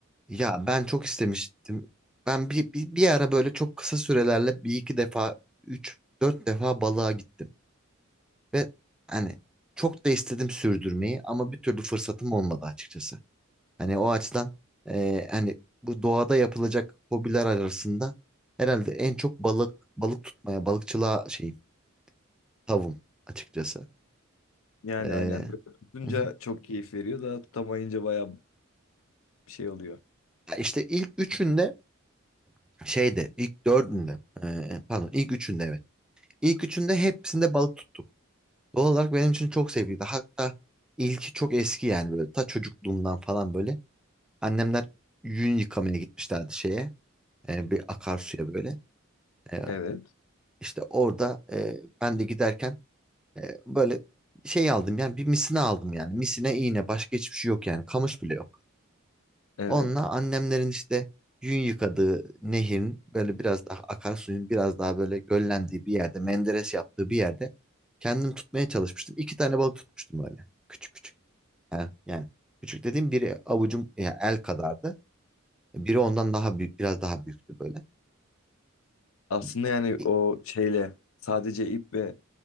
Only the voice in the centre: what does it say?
Ya ben çok istemiştim. Ben bir, bir, bir ara böyle çok kısa sürelerle bir iki defa, üç, dört defa balığa gittim. Ve hani çok da istedim sürdürmeyi ama bir türlü fırsatım olmadı açıkçası. Hani o açıdan e, hani bu doğada yapılacak hobiler arasında herhalde en çok balık balık tutmaya, balıkçılığa şeyim, tavım açıkçası.
E,
hı hı.
Ya işte ilk üçünde şeyde, ilk dördünde, e, pardon ilk üçünde evet. İlk üçünde hepsinde balık tuttuk. Doğal olarak benim için çok sevgiydi. Hatta ilki çok eski yani böyle ta çocukluğumdan falan böyle. Annemler yün yıkamaya gitmişlerdi şeye e, bir akarsuya böyle. E,
işte orada e, ben de giderken e, böyle şey aldım yani bir misine aldım yani. Misine iğne başka hiçbir şey yok yani kamış bile yok.
Onunla annemlerin işte yün yıkadığı nehirin böyle biraz daha akarsuyun biraz daha böyle göllendiği bir yerde menderes yaptığı bir yerde kendim tutmaya çalışmıştım. İki tane balık tutmuştum öyle. Küçük küçük. Yani, yani küçük dediğim biri avucum ya el kadardı. Biri ondan daha büyük biraz daha büyüktü böyle.
Bir-
bir-